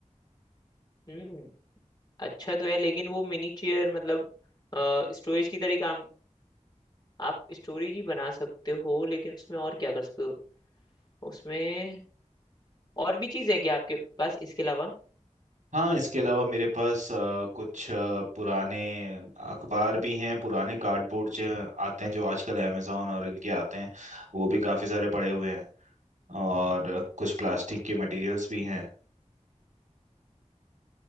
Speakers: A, on the left; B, on the right.
A: हम्म अच्छा तो है लेकिन वो मिनी चेयर मतलब स्टोरेज की तरह काम आप स्टोरेज ही बना सकते हो लेकिन उसमें और क्या कर सकते हो उसमें और भी चीजें हैं क्या आपके पास इसके अलावा
B: हाँ इसके अलावा मेरे पास अ, कुछ अ, पुराने अखबार भी हैं पुराने कार्डबोर्ड जो आते हैं जो आजकल अमेजोन और इनके आते हैं वो भी काफ़ी सारे पड़े हुए हैं और कुछ प्लास्टिक के मटेरियल्स भी हैं